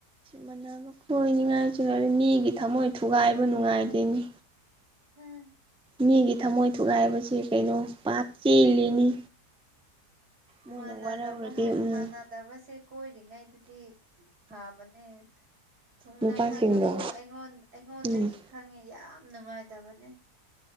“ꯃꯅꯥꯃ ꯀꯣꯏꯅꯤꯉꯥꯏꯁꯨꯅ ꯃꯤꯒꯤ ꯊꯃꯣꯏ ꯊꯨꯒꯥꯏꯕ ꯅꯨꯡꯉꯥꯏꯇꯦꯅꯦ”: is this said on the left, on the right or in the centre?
Centre